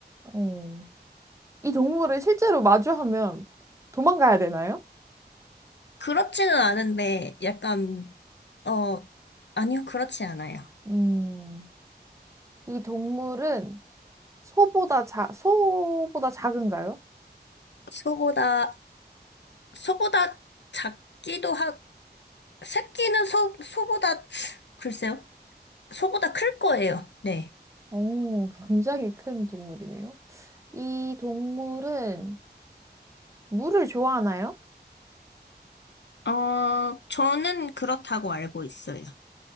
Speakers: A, on the right; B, on the left.
A: 음, 이 동물을 실제로 마주하면 도망가야 되나요?
B: 그렇지는 않은데 약간 어 아니요 그렇지 않아요.
A: 음, 이 동물은 소보다 자, 소보다 작은가요?
B: 소보다 소보다 작기도 하 새끼는 소 소보다 글쎄요 소보다 클 거예요. 네.
A: 오, 굉장히 큰 동물이네요. 이 동물은 물을 좋아하나요?
B: 어 저는 그렇다고 알고 있어요.